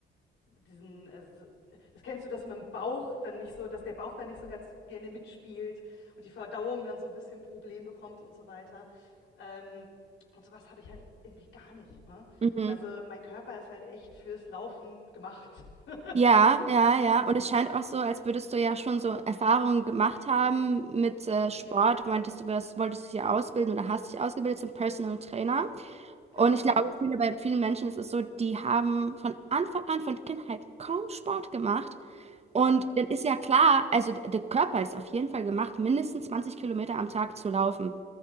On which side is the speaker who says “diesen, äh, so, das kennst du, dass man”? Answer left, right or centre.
Left